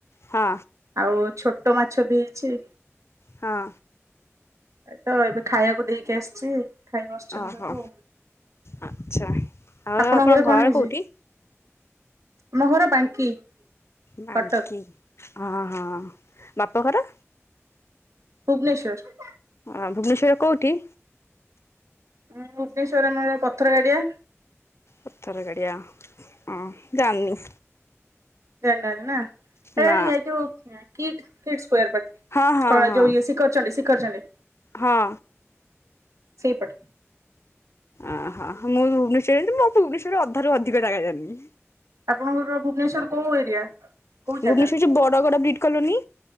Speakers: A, on the left; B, on the right.
A: ହଁ
B: ଆଉ ଛୋଟ ମାଛ ବି ହେଇଛି।
A: ହଁ।
B: ଏ ତ ଏବେ ଖାଇବାକୁ ଦେଇକି ଆସଚି। ଖାଇ ବସଛନ୍ତି
A: ଓହୋ
B: ସବୁ।
A: ଆଚ୍ଛା। ଆଉ
B: ଆପଣଙ୍କ ଘରେ କଣ
A: ଘର
B: ହେଇଚି?
A: କୋଉଠି?
B: ଆମ ଘର ବାଙ୍କି।
A: ବାଙ୍କି
B: କଟକ
A: ହଁ ହଁ ବାପଘର?
B: ଭୁବନେଶ୍ୱର।
A: ଅଁ ଭୁବନେଶ୍ୱର ର କୋଉଠି?
B: ଉଁ ଭୁବନେଶ୍ଵର ଆମର ପଥର ଗାଡ଼ିଆ
A: ପଥର ଗଡ଼ିଆ ଅଁ ଜାନନି।
B: ଜାଣି ନାହାନ୍ତି ନା? ହେଟା
A: ନା
B: ହେଇ ଏଇ ଯୋଉ କିଟ୍ କିଟ ସ୍କୋୟାର୍ ପାଖେ।
A: ହଁ ହଁ
B: କଣ
A: ହଁ।
B: ଏ ଯୋଉ ଇଏ ଶିଖରଚଣ୍ଡି ଶିଖରଚଣ୍ଡି।
A: ହଁ।
B: ସେଇ ପଟ।
A: ଅଁହ ମୁଁ ଭୁବନେଶରେ ରହୁଚି ମୁଁ ଭୁବନେଶ୍ୱରର ଅଧାରୁ ଅଧିକ ଜାଗା ଜାଣନି।
B: ଆପଣଙ୍କର ଭୁବନେଶ୍ୱର କୋଉ ଏରିଆ? କୋଉ ଜାଗା
A: Bhubaneswar Badagada Brit colony